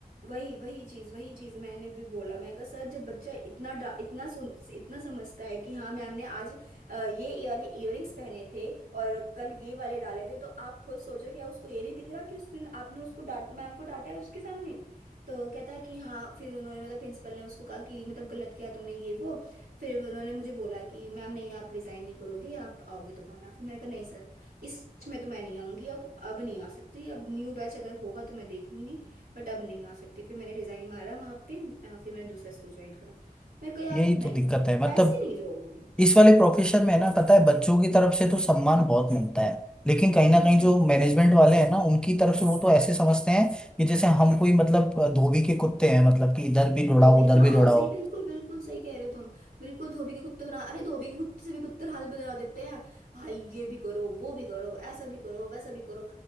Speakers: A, on the right; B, in the centre.
A: वही वही चीज वही चीज मैंने भी बोला मैं कहा सर जब बच्चा इतना डा, इतना सुन, इतना समझता है कि हाँ मैम ने आज अ, ये ये वाले इयररिंग्स पहने थे और कल ये वाले डाले थे तो आप खुद सोचो क्या उसको ये नहीं दिख रहा कि उस दिन आपने उसको डांट मैम को डांटा है उसके सामने तो कहता है कि हाँ फिर उन्होंने मतलब प्रिंसिपल ने उसको कहा कि मतलब गलत किया तुमने ये वो फिर उन्होंने मुझे बोला कि मैम नहीं आप रिजाइन नहीं करोगे आप आओगे दोबारा फिर मैंने कहा नहीं सर इस batch में तो मैं नहीं आऊंगी अब अब नहीं आ सकती अब न्यू बैच अगर होगा तो मैं देख लूंगी बट अब नहीं आ सकती फिर मैंने रिजाइन मारा वहाँ पे अ, फिर मैंने दूसरा स्कूल ज्वाइन करा मैं कहा यार
B: यही
A: नहीं
B: तो दिक्कत
A: इत-
B: है मतलब
A: ऐसे नहीं जॉब होगी
B: इस वाले प्रोफेशन में ना पता है बच्चों की तरफ से तो सम्मान बहुत मिलता है लेकिन कहीं ना
A: हम्म
B: कहीं जो मैनेजमेंट वाले हैं ना उनकी तरफ से वो तो ऐसे समझते हैं कि जैसे हम कोई मतलब अ, धोबी के कुत्ते हैं मतलब कि इधर भी दौड़ाओ
A: धोबी
B: उधर
A: हाँ
B: भी दौड़ाओ
A: सही बिल्कुल बिल्कुल सही कह रहे हो तुम बिल्कुल धोबी के कुत्ते बना अरे धोबी के कुत्ते से भी बदतर हाल बना देते हैं भाई ये भी करो वो भी करो ऐसा भी करो वैसा भी करो